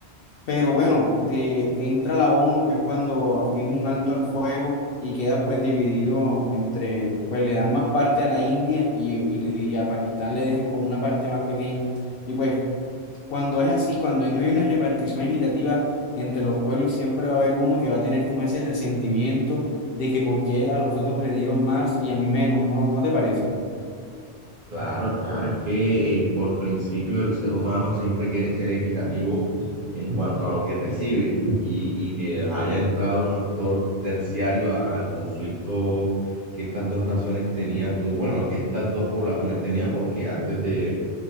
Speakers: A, on the left; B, on the right.
A: Pero bueno, de, entra la ONU, que es cuando firma un alto al fuego y queda pues dividido entre, pues le dan más parte a la India y, y, le- y a Pakistán le dejan como una parte más pequeña. Y pues cuando es así, cuando no hay una repartición equitativa entre los pueblos, siempre va a haber uno que va a tener como ese resentimiento de que por qué a los otros le dieron más y a mí menos, ¿no? ¿No te parece?
B: Claro, claro, es que el- por principio el ser humano siempre quiere ser equitativo en cuanto a lo que recibe y, y que haya entrado un actor terciario a- al conflicto que estas dos naciones tenían, o bueno, que estas dos poblaciones tenían, porque antes de,